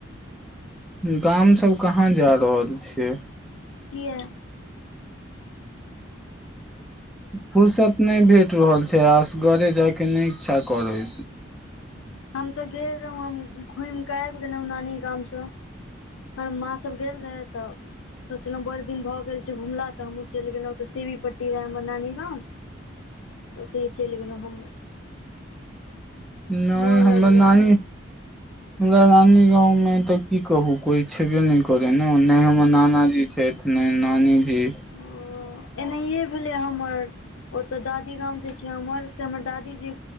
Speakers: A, in the centre; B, on the left (about 85°).
A: गाम सब कहाँ जा रहल छियै
B: किया
A: फुुरर्सत नहि भेट रहल छै आसगरे जायके नहि इच्छा करै
B: हम तऽ गेल रहौ हम घुमि कऽ आबि गेलहुँ नानी गामसँ हमर माँ सब गेल रहै तऽ सोचलहुँ बड़ दिन भऽ गेल छै घुला तऽ हमहूँ चलि गेलहुँ तऽ सेवी पट्टी रहय हमर नानी गांव ओतहि चैल गेलहुँ घुमै
A: नहि
B: मोन
A: हमर
B: लगलै
A: नानी
B: <inaudible>
A: हमरा रानी गाँवमे तऽ की कहू कोइ छेबै नहि करै ने नहि हमर नानाजी छथि नै नानी जी
B: ओ एनाहिए भेलै हमर ओतऽ दादी गाम जे छै हमर से हमर दादीजे